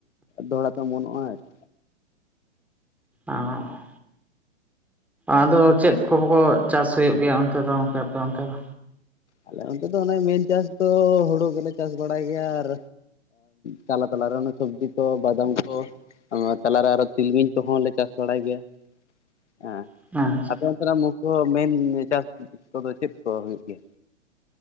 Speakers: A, on the left (about 70°); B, in the centre.
A: ᱫᱚᱦᱲᱟ ᱛᱮ ᱚᱢᱚᱱᱚᱜᱟ ᱟᱪᱪᱷᱟ
B: ᱚᱸᱻ <unintelligible> ᱟᱫᱚ ᱪᱮᱫ ᱠᱚ ᱠᱚ ᱪᱟᱥ ᱦᱩᱭᱩᱜ ᱜᱮᱭᱟ ᱚᱱᱛᱮ ᱫᱚ ᱜᱚᱝᱠᱮ ᱟᱯᱮ ᱚᱱᱛᱮ ᱫᱚ?
A: ᱟᱞᱮ ᱚᱱᱛᱮ ᱫᱚ ᱚᱱᱮ ᱢᱮᱹᱱ ᱪᱟᱥ ᱫᱚ ᱦᱩᱲᱩ ᱜᱮᱞᱮ ᱪᱟᱥ ᱵᱟᱲᱟᱭ ᱜᱮᱭᱟ ᱟᱨ ᱪᱟᱞᱟ ᱛᱟᱞᱟᱨᱮ ᱥᱚᱵᱽᱡᱤ ᱠᱚ ᱵᱟᱫᱟᱢ ᱠᱚ ᱾ ᱛᱟᱞᱟᱨᱮ ᱟᱨᱦᱚᱸ ᱛᱤᱞᱢᱤᱧ ᱠᱚᱦᱚᱸ ᱞᱮ ᱪᱟᱥ ᱵᱟᱲᱟᱭ ᱜᱮᱭᱟ ᱦᱮᱸ
B: <unintelligible>
A: ᱟᱯᱮ ᱚᱱᱛᱮᱱᱟᱜ ᱢᱩᱞ ᱫᱚ ᱢᱮᱱ ᱪᱟᱥ ᱠᱚᱫᱚ ᱪᱮᱫ ᱠᱚ ᱦᱩᱭᱩᱜ ᱜᱮᱭᱟ?